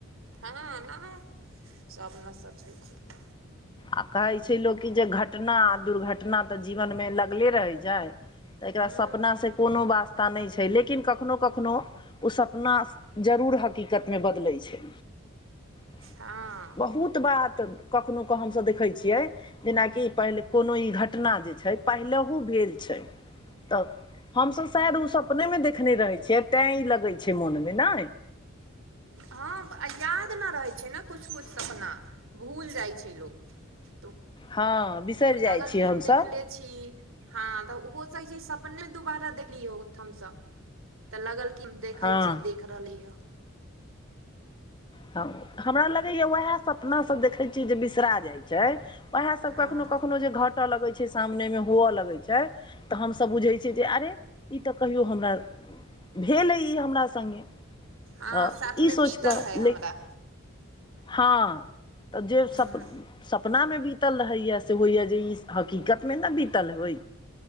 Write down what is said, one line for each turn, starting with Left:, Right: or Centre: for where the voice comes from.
Right: <unintelligible> सब न सच होय छै
Left: आ कहै छै लोक की जे घटना आ दुर्घटना तऽ जीवन में लगले रहै छै तऽ एकरा
Right: हूँ
Left: सपना स कोनो वास्ता नै छै लेकिन कखनो कखनो ओ सपना जरूर हकीकत में बदलै छै <inaudible>
Right: हँ
Left: बहुत बात कखनो कऽ हम सभ देखै छियै जेना कि पहिले कोनो ई घटना जे छै पहिलहु भेल छै तऽ हम सभ शायद ओ सपने में देखने रहै छियै तै ई लगै छै मोन में नै
Right: हँ याद न रहै छै न किछु किछु सपना भूल जाइ छै लोक तऽ
Left: हँ बिसैर
Right: कुल
Left: जाइ
Right: लगल
Left: छी
Right: कि
Left: हम सब
Right: देखले छी हँ तऽ <unintelligible> छै सपने दुबारा देखली हम सब तऽ लगल की देखल
Left: हँ
Right: चीज देख रहली हऽ
Left: तऽ हमरा लगै यऽ उहै सपना सब देखै छियै जे बिसरा जाइ छै वहै सब
Right: हँ
Left: कखनो कखनो। कखननो जे घट लगै छै सामने में हुवअ लगैत छै तऽ हम सभ बुझै छियै जे अरे इ तऽ कहियौ हमरा भेल ऐ इ हमरा संगे
Right: हँ
Left: तऽ
Right: साथमे
Left: इ सोच
Right: बीतल
Left: तऽ
Right: है
Left: <unintelligible>
Right: हमरा
Left: हँ <inaudible> तऽ जे
Right: हूँ
Left: सप सपना में बीतल रहैए से होइए जे ई हकीकत में न बीतल होय